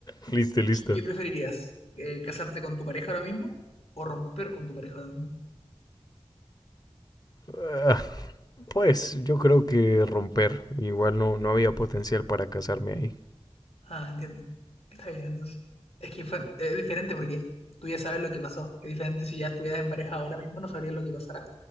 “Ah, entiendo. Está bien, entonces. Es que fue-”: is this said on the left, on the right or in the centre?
Left